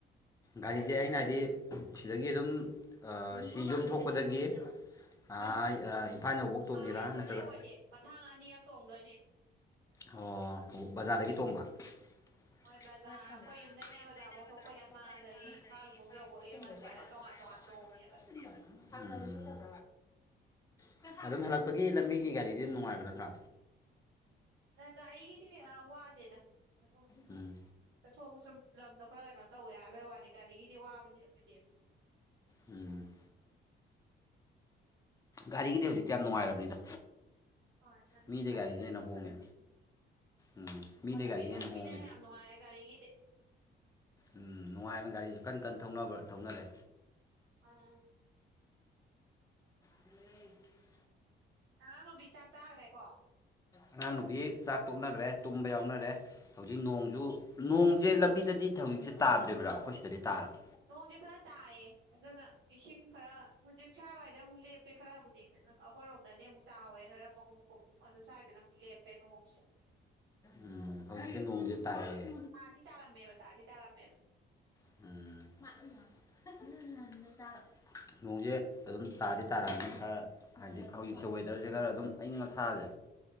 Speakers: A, on the left (about 15°); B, on the right (about 80°).
A: ꯒꯥꯔꯤ ꯆ ꯑꯩꯅ ꯍꯥꯏꯗꯤ ꯁꯤꯗꯒꯤ ꯑꯗꯨꯝ ꯁꯤ ꯌꯨꯝ ꯊꯣꯛꯄꯗꯒꯤ ꯑ ꯏꯝꯐꯥꯜ ꯌꯐꯧ ꯇꯣꯡꯉꯦꯔꯥ
B: ꯑꯥ ꯌꯧꯕꯗꯤ
A: ꯅꯠꯇ꯭ꯔꯒ
B: ꯑꯣꯏꯗꯦ ꯃꯊꯥꯡ ꯑꯅꯤꯔꯛ ꯇꯣꯡꯗꯣꯏꯅꯦ
A: ꯑꯣ ꯕꯖꯥꯔꯗꯒꯤ ꯇꯣꯡꯕ ꯃꯈꯣꯏ
B: ꯍꯣꯏ ꯕꯖꯥꯔ ꯑꯩꯈꯣꯏ
A: ꯌꯨꯝꯗꯩꯅ
B: ꯕꯖꯥꯔꯐꯧ
A: ꯕꯖꯥꯔꯐꯥꯎ
B: ꯊꯣꯛꯄꯩ ꯑꯃ
A: ꯊꯣꯛꯄ
B: ꯑꯗꯒꯤ
A: ꯌꯥꯝ ꯄꯥ ꯑꯗꯩ
B: ꯏꯝꯐꯥꯜꯐꯧ
A: ꯏꯝꯐꯥꯜ
B: ꯌꯧꯕꯒꯤ
A: ꯐꯥꯎꯒꯤ
B: ꯑꯃ
A: ꯑꯗꯨꯃꯥꯏꯅ
B: ꯇꯣꯉꯥꯟ ꯇꯣꯉꯥꯟ ꯇꯣꯡꯉꯦꯕ
A: ꯇꯣꯉꯥꯟ ꯇꯣꯉꯥꯟ ꯁꯌꯥ ꯎꯝ ꯑꯗꯨꯝ ꯍꯂꯛꯄꯒꯤ ꯂꯝꯕꯤꯒꯤ ꯒꯥꯔꯤꯗꯤ ꯑꯗꯨꯝ ꯅꯨꯡꯉꯥꯏꯕ ꯅꯠꯇ꯭ꯔꯣ
B: ꯒꯥꯔꯤꯒꯤꯗꯤ ꯋꯥꯗꯦꯅ ꯀꯩꯅꯣ
A: ꯎꯝ
B: ꯆꯠꯊꯣꯛꯄ ꯁꯨꯝ ꯂꯝꯗꯣ ꯈꯔ ꯀꯩꯅꯣ ꯇꯧꯋꯦ ꯍꯥꯏꯕꯩ ꯋꯥꯅꯤ ꯒꯥꯔꯤꯒꯤꯗꯤ ꯋꯥꯕꯗꯤ ꯑꯣꯏꯗꯦꯕ
A: ꯎꯝ ꯒꯥꯔꯤꯒꯤꯗꯤ ꯍꯧꯖꯤꯛꯇꯤ ꯌꯥꯝ ꯅꯨꯡꯉꯥꯏꯔꯕꯅꯤꯗ
B: ꯍꯣꯏ ꯂꯝꯕꯤ
A: ꯃꯤꯗꯤ
B: ꯐꯔꯕꯅꯤꯅ
A: ꯒꯥꯔꯤꯗꯤꯅꯦꯦꯟꯅ ꯍꯣꯡꯉꯦ ꯎꯝ ꯃꯤꯗ
B: ꯂꯝꯕꯤ
A: ꯒꯥꯔꯤꯅꯦꯅ
B: ꯐꯔꯕꯅꯤꯅ
A: ꯍꯣꯡꯉꯦ
B: ꯌꯥꯝ ꯅꯨꯡꯉꯥꯏꯔꯦ ꯒꯥꯔꯤꯒꯤꯗꯤ
A: ꯎ ꯅꯨꯡꯉꯥꯏꯅ ꯒꯥꯔꯤꯁꯨ ꯀꯟꯅ ꯀꯟꯅꯅꯕ ꯊꯧꯅꯔꯦ
B: ꯑꯥ
A: ꯍ
B: ꯅꯪꯅꯨꯕꯤ ꯆꯥꯛ ꯆꯥꯒ꯭ꯔꯦꯀꯣ
A: ꯑꯉꯥꯡ ꯅꯨꯕꯤ ꯆꯥꯛ ꯇꯣꯛꯅꯈ꯭ꯔꯦ ꯇꯨꯝꯕ ꯌꯥꯎꯅꯔꯦ ꯍꯧꯖꯤꯛ ꯅꯣꯡꯁꯨ ꯅꯣꯡꯁꯦ ꯂꯝꯕꯤꯗꯗꯤ ꯍꯧꯖꯤꯛꯁꯦ ꯇꯥꯗ꯭ꯔꯤꯕ꯭ꯔꯥ ꯑꯩꯈꯣꯏ ꯁꯤꯗꯗꯤ ꯇꯥꯔꯕ
B: ꯅꯣꯡꯁꯦ ꯈꯔ ꯇꯥꯏꯌꯦ ꯑꯗꯨꯅ ꯏꯁꯤꯡ ꯈꯔ ꯍꯧꯖꯤꯛ ꯁꯨꯋꯥꯏꯋꯥꯏꯗ ꯑꯃꯨꯛ ꯂꯦꯞꯄꯦ ꯈꯔꯕꯨꯗꯤ ꯑꯩꯈꯣꯏꯔꯣꯝꯗꯗꯤ ꯑꯃꯨꯛ ꯇꯥꯍꯧꯋꯦ ꯍꯔ ꯃꯍꯨꯝꯨꯛꯀꯨꯞ ꯑ ꯑꯗꯨ ꯁ꯭ꯋꯥꯏꯗꯅ ꯑꯃꯨꯛ ꯂꯦꯞꯄꯦ ꯅꯣꯡꯁꯦ
A: ꯎꯝ ꯍꯧꯖꯤꯛꯁꯦ ꯅꯣꯡꯁꯦ ꯇꯥꯔꯛꯑꯦ
B: ꯇꯥꯗꯤ ꯇꯥꯔꯝꯃꯦꯕ ꯇꯥꯗꯤ ꯇꯥꯔꯝꯃꯦꯕ
A: <inaudible> ꯅꯣꯡꯁꯦ ꯑꯗꯨꯝ ꯇꯥꯗꯤ ꯇꯥꯔꯛꯑꯅꯤ ꯈꯔ ꯍꯥꯏꯗꯤ ꯍꯧꯖꯤꯛꯁꯦ ꯋꯦꯗꯔꯁꯦ ꯈꯔ ꯑꯗꯨꯝ ꯑꯏꯪ ꯑꯁꯥꯁꯦ